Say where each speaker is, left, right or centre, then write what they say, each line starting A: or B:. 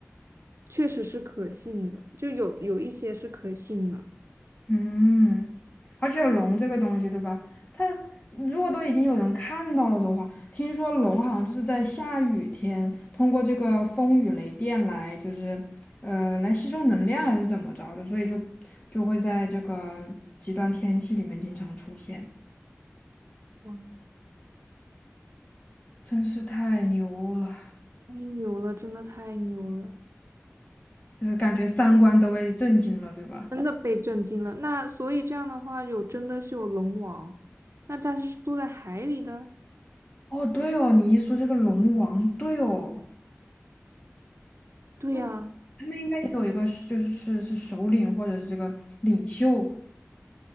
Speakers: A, on the right (about 65°); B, on the left (about 30°).
A: 确实是可信的，就有有一些是可信的。
B: 嗯，而且龙这个东西，对吧？它如果都已经有人看到了的话，听说龙好像就是在下雨天，通过这个风雨雷电来，就是呃，来吸收能量还是怎么着的，所以就就会在这个极端天气里面经常出现，
A: 哇，
B: 真是太牛了，
A: 太牛了，真的太牛了。
B: 就是感觉三观都被震惊了，对吧？
A: 真的被震惊了。那所以这样的话，有真的是有龙王，那它是住在海里的。
B: 哦，对哦，你一说这个龙王，对哦，
A: 对呀，
B: 嗯，他们应该也有一个是就是是是首领或者是这个领袖。